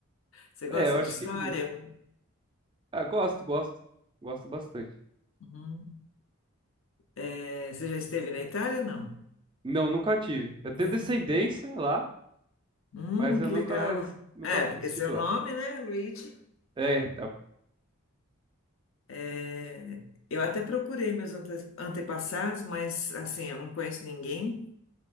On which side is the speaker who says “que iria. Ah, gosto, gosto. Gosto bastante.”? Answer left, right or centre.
Right